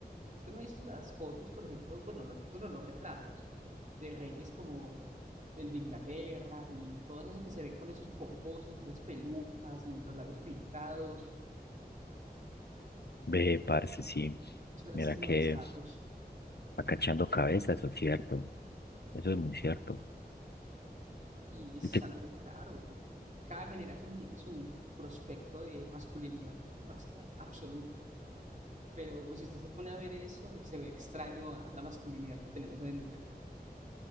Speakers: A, on the right (about 50°); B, on the left (about 80°).
A: Usted no ha visto las fotos, por ejemplo, bueno, las fotos no, los retratos de reyes como el de Inglaterra y todos esos que se ven con esos pomposos y esas pelucas y los labios pintados.
B: Ve, parce, sí.
A: Eso era
B: Mira
A: signo
B: que.
A: de estatus
B: Acachando cabezas, eso es cierto. Eso es muy cierto.
A: y es
B: Y, te-
A: algo muy raro porque cada generación tiene su prospecto de masculinidad max- absoluta. Pero si usted se pone a ver eso, se ve extraño a la masculinidad que tenemos hoy en día.